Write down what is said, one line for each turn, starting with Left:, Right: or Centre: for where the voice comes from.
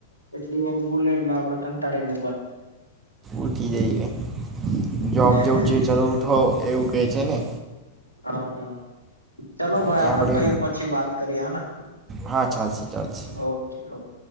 Left: એટલી વાર બોલે એટલે આપડે કંટાળીન
Right: ઉઠી જઈએ. જોબ
Left: હે
Right: જેવું
Left: ને
Right: છે ચલો ઉઠો એવું કે છે ને.
Left: હા. ચલો ભાઈ
Right: કે
Left: આપડે
Right: આપણે
Left: પહી પછી વાત કરીએ હેને,
Right: હા ચાલશે ચાલશે
Left: ઓકે, ઓકે.